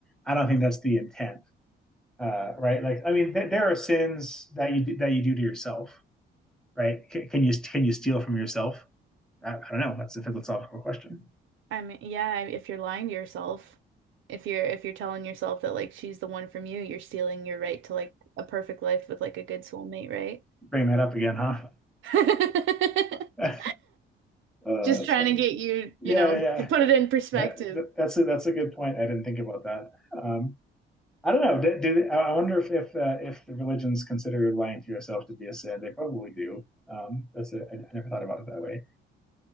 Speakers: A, in the centre; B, on the right.
A: I don't think that's the intent, uh, right? Like, I mean, th- there are sins that you do, that you do to yourself, right? C- can you can you steal from yourself? I, I don't know. That's a philosophical question.
B: I mean, yeah, if you're lying to yourself, if you're if you're telling yourself that like she's the one from you, you're stealing your right to like a perfect life with like a good soulmate, right?
A: Bring that up again, huh?
B: <laughs>
A: <laughs> Uh,
B: Just
A: that's
B: trying
A: funny.
B: to get you,
A: Yeah,
B: you know,
A: yeah.
B: to put it in perspective.
A: That, that that's a that's a good point. I didn't think about that. Um, I don't know. Do, do they, I wonder if if uh, if the religions consider lying to yourself to be a sin? They probably do. Um, that's a, I, I never thought about it that way.